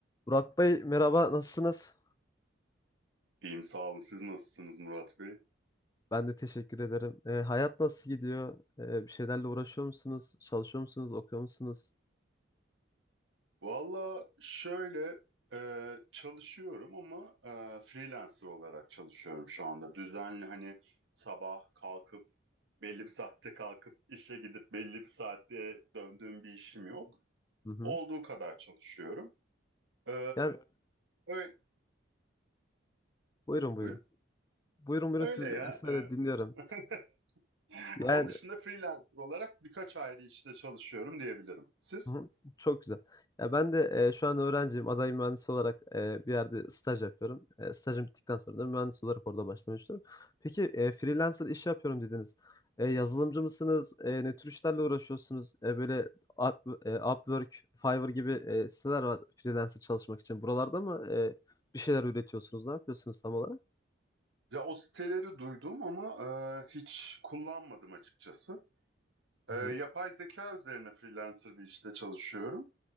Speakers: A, on the left; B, on the right.
A: Burak Bey merhaba nasılsınız?
B: İyiyim sağ olun. Siz nasılsınız Murat Bey?
A: Ben de teşekkür ederim. Ee, hayat nasıl gidiyor? Ee, bir şeylerle uğraşıyor musunuz? Çalışıyor musunuz? Okuyor musunuz?
B: Valla şöyle e, çalışıyorum ama e, freelancer olarak çalışıyorum şu anda. Düzenli hani sabah kalkıp belli bir saatte kalkıp işe gidip belli bir saatte döndüğüm bir işim yok.
A: Hı hı.
B: Olduğu kadar çalışıyorum. E,
A: Yani Ee,
B: öyle,
A: buyurun buyurun.
B: buyurun.
A: Buyurun buyurun
B: Öyle
A: siz
B: ya.
A: e, söyle
B: E,
A: dinliyorum.
B: <laughs>
A: Yani
B: onun dışında freelancer olarak birkaç ayrı işte çalışıyorum diyebilirim. Siz?
A: Hı hı. Çok güzel. Ya ben de e, şu an öğrenciyim. Aday mühendis olarak e, bir yerde staj yapıyorum. E, stajım bittikten sonra da mühendis olarak orada başlamak istiyorum. Peki e, freelancer iş yapıyorum dediniz. E, yazılımcı mısınız? E, ne tür işlerle uğraşıyorsunuz? E, böyle Up, e, Upwork, Fiverr gibi e, siteler var freelancer çalışmak için. Buralarda mı e, bir şeyler üretiyorsunuz? Ne yapıyorsunuz tam olarak?
B: Ya o siteleri duydum ama e, hiç kullanmadım açıkçası.
A: Hı
B: E, yapay
A: hı.
B: zeka üzerine freelancer bir işte çalışıyorum.